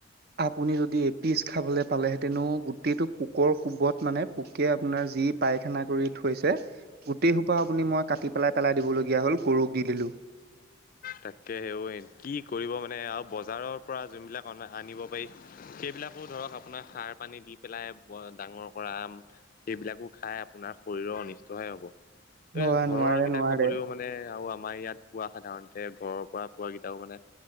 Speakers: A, on the right (about 50°); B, on the left (about 40°).
A: আপুনি যদি এপিচ খাবলৈ পালেহেঁতেনো গোটেইটো পোক কোবত মানে পোকে আপোনাৰ যি পায়খানা কৰি থৈছে গোটেইসোপা আপুনি মই কাটি পেলাই পেলাই দিবলগীয়া হ'ল, গৰুক দি দিলোঁ।
B: তাকে সেও কি কৰিব মানে আৰু বজাৰৰপৰা যোনবিলাক অনা আনিব পাৰি সেইবিলাকো ধৰক আপোনাৰ সাৰ পানী দি পেলাই ডাঙৰ কৰা আম সেইবিলাকো খাই আপোনাৰ শৰীৰৰ অনিষ্টহে হ'ব। টোৱে
A: হয়
B: ঘৰৰ
A: নোৱাৰে
B: কেইটা
A: নোৱাৰে
B: খাবলৈও মানে আৰু আমাৰ ইয়াত পোৱা সাধাৰণ তে ঘৰৰপৰা পোৱাকেইটাও মানে